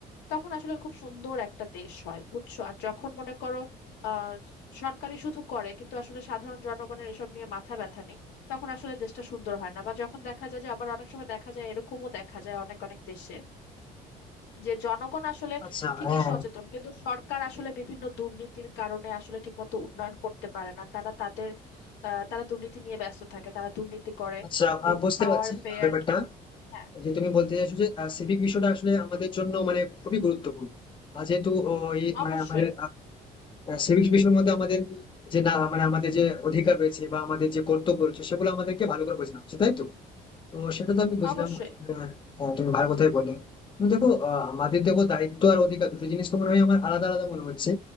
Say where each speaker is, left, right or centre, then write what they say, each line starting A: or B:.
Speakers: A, on the left; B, on the left.
A: তখন আসলে খুব সুন্দর একটা দেশ হয় বুঝছো আর যখন মনে করো আহ সরকারি শুধু করে কিন্তু আসলে সাধারণ জনগণের এসব নিয়ে মাথা ব্যথা নেই তখন আসলে দেশটা সুন্দর হয় না বা যখন দেখা যায় যে আবার অনেক সময় দেখা যায় এরকমও দেখা যায় অনেক অনেক দেশে যে জনগণ আসলে
B: আচ্ছা
A: ঠিকই
B: হ্যাঁ
A: সচেতন কিন্তু সরকার আসলে বিভিন্ন দুর্নীতির কারণে আসলে ঠিকমতো উন্নয়ন করতে পারে না তারা তাদের আহ, তারা দুর্নীতি নিয়ে ব্যস্ত থাকে তারা দুর্নীতি করে
B: আচ্ছা আহ, বুঝতে
A: পাওয়ার
B: পারছি
A: পেয়ে
B: আহ, ব্যাপারটা
A: আর কি হ্যাঁ
B: যে তুমি বলতে চাইছো যে সিভিক বিষয়টা আসলে আমাদের জন্য মানে খুবই গুরুত্বপূর্ণ আর যেহেতু আহ, এই
A: অবশ্যই
B: মানে আমাদের সিভিক বিষয়ের মধ্যে আমাদের যে না মানে আমাদের যে অধিকার রয়েছে বা আমাদের যে কর্তব্য রয়েছে সেগুলো আমাদেরকে ভালো করে বোঝানো হচ্ছে তাই তো তো সেটা তো আমি বুঝলাম
A: অবশ্যই
B: আহ, হ্যাঁ, তুমি ভালো কথাই বলে তুমি দেখো আহ, আমাদের দেখো দায়িত্ব আর অধিকার দুটো জিনিস তো মনে হয় আমার আলাদা আলাদা মনে হচ্ছে